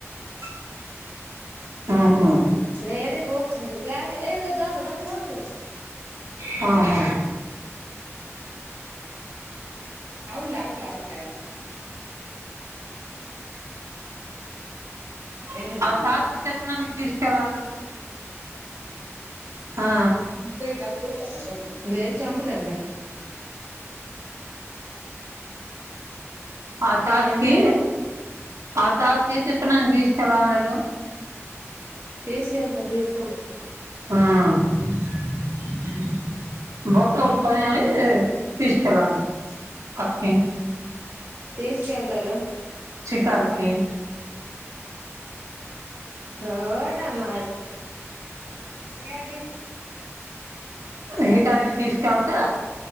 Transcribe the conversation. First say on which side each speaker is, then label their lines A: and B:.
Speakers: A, on the right; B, on the right.
A: ఇ
B: హుహు
A: లే ఏద పో ఉ కల ఏదిగ దోమ దోమ దోమ చూడు
B: హా హా
A: అవులేవులావులే ఏదిలా.
B: ఆ తాత <unintelligible> తీసుకెళ్ళలని లేదు ఆ
A: అంతేగా లేద్ చంపుతానలే
B: ఆ తాతకి
A: ఏంటంటున్నావు
B: ఆ తాతకి టిఫెన్ అంటే ఇష్టమా లేదో
A: ఏసి వెయ్యాలి పెద్దగా <unintelligible>
B: ఆ <unintelligible> తీసుకెళ్ళాలి అట్నీ
A: తీసుకెళ్తారు
B: శికారుకి
A: ఒదమ్మ ఇది
B: షికారుకు తీసుకెళ్తా